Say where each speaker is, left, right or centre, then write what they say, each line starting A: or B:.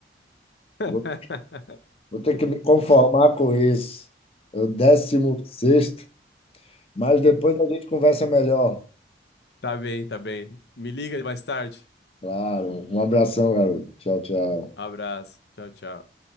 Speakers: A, on the left; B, on the left.
A: aí.
B: Vou, vou ter que me conformar
A: <laughs>
B: com isso. É o décimo sexto, mas depois a gente conversa melhor.
A: Tá bem, tá bem. Me liga mais tarde.
B: Claro. Um abração, garoto. Tchau, tchau.
A: Abraço. Tchau, tchau.